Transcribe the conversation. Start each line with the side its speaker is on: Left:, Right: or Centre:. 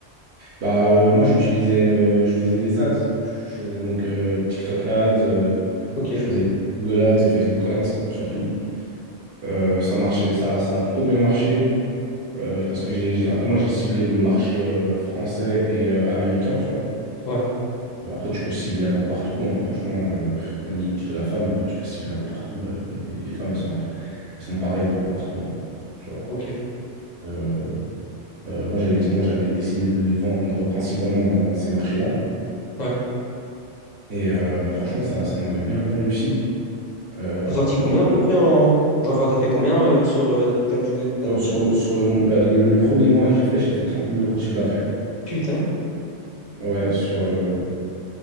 Right: Bah, euh, moi, j'utilisais, euh, je faisais des ads. Je faisais donc euh, TikTok ads, euh,
Left: Ok,
Right: je faisais Google ads et Facebook ads surtout. Euh, ça marchait, ça, ça a plutôt bien marché. Euh, parce que j'ai, après, moi, j'ai ciblé le marché euh, français et euh, américain, tu vois.
Left: ouais,
Right: Après, tu peux cibler un peu partout, hein. Franchement, euh, la niche de la femme, euh, tu peux cibler un peu partout. euh, les, les femmes, elles sont, un peu- elles sont pareilles un peu partout, hein, tu vois.
Left: ok,
Right: Euh, euh, moi, j'avais, moi, j'avais décidé de vendre principalement dans, dans ces marchés-là.
Left: ouais.
Right: Et euh, bah, franchement, ça, ça m'avait bien réussi. Euh,
Left: T'as sorti combien à peu près en... Genre, enfin, t'as fait combien euh, sur euh, toute la durée de ta
Right: sur,
Left: boutique?
Right: sur le, sur le- bah, le- le premier mois que j'ai fait, j'ai fait trente mille euros de chiffre d'affaires.
Left: Putain,
Right: Ouais, sur, euh,